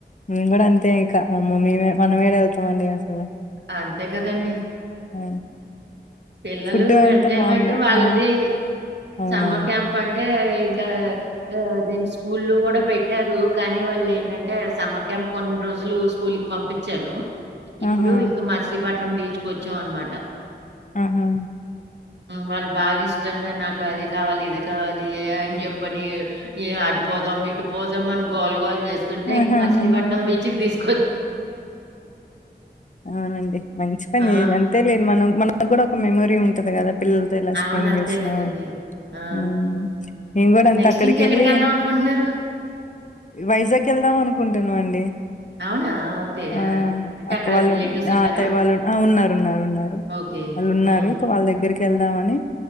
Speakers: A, on the left; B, on the right.
A: మేం కూడా అంతే ఇంకా మమ్మ మే మనమేఏడ వెళ్తామండి అసలు
B: అంతే కదండి
A: ఆ
B: పిల్లలు
A: ఫుడ్ అంతా
B: ఎంజాయ్మెంట్
A: బాగుందా
B: వాళ్ళది
A: ఆ అవునవును
B: సమ్మర్ క్యాంప్ అంటే ఇంకా దేని స్కూల్ కూడా పెట్టారు కానీ వాళ్ళు ఏంటంటే సమ్మర్ క్యాంప్ కొన్ని రోజులు స్కూల్ కి పంపించాను ఇప్పుడు
A: ఆహా
B: ఇంకా మచిలీపట్నం బీచ్ కు వచ్చాం అనమాట
A: ఆహా
B: వాళ్ళు బాగా ఇష్టంగా నాకు అది కావాలి ఇది కావాలి అయన చెప్పని ఈ ఆ పోదాం ఇటు పోదాం అని గోల్ గోలు చేస్తుంటే
A: ఆహాహాహా
B: ఇంకా మచిలీపట్నం బీచ్కీ తీసుకు
A: అవునండి మంచి పని
B: ఆ
A: అంతే లేదు మనం మన నా కూడా ఒక మెమోరీ ఉంటది కదా పిల్లలతో ఇలా
B: అవును
A: స్పెండ్
B: అంతే
A: చేసినా
B: కదండి ఆ
A: ఉ మేమ్ కూడా అంతే
B: నెక్స్ట్
A: అక్కడికి
B: ఇంకెక్కడికి
A: వెళ్ళి
B: వెళ్దాం అనుకుంటున్నారు
A: వైజాగ్ వెళ్దాం అనుకుంటున్నాము అండి
B: అవునా ఓకే
A: ఆ
B: అంటే
A: అక్క
B: అక్కడ
A: వాళ్ళు
B: రిలేటివ్స్
A: అత్తయ్య
B: ఉన్నారా
A: వాళ్ళు ఉన్నారు ఉన్నారు ఉన్నారు
B: ఓకే.
A: వాళ్ళు ఉన్నారు
B: హ్మ్.
A: ఇక వాళ్ళ దగ్గర దగ్గరికి వెళ్దామని